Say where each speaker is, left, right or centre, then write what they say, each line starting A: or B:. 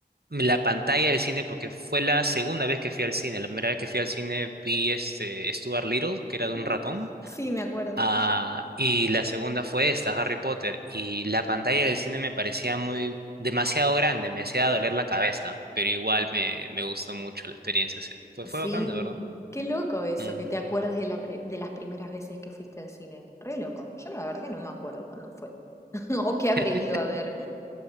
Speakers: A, on the right; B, on the left.
A: la pantalla del cine porque fue la segunda vez que fui al cine. La primera vez que fui al cine vi este Stuart Little, que era de
B: No,
A: un ratón.
B: sí, me acuerdo.
A: Ah, y la segunda fue esta, Harry Potter. Y la pantalla del cine me parecía muy demasiado grande, me hacía doler la cabeza, pero igual me, me gustó mucho la experiencia. Se- Fue,
B: Sí,
A: fue bacán, de verdad.
B: qué loco eso,
A: Mm.
B: que te acuerdes de, la pri- de las primeras veces que fuiste al cine. Re loco. Yo la verdad que no me acuerdo cuándo fue <laughs> o qué habré
A: <laughs>
B: ido a ver.